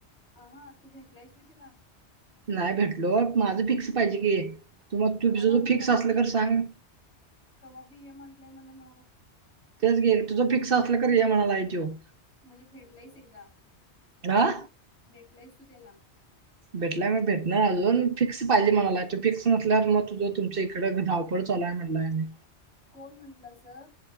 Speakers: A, on the left; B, on the right.
A: ह, हा. तू भेटलायस व्हय तिला?
B: नाही भेटलो, माझं फिक्स पाहिजे कि, तू मग तु ज
A: अ हा मग
B: फिक्स
A: कवा
B: असल
A: बी
B: तर सांग-
A: कवा बी य म्हटलंय म्हणे म
B: तेच घ तुझं फिक्स असलं तर, ते म्हणालाय त्यो.
A: म्हणजे भेटलायच एकदा?
B: आ..?
A: भेटलायस तू त्याला?
B: भेटलाय म भेटणार अजून फिक्स पाहिजे म्हणाला तू फिक्स नसल्यावर मग तुझ- तुमच्या इकडं धावपळ
A: मग
B: चालाय म्हणलाय आणी-
A: कोण म्हटलं अस-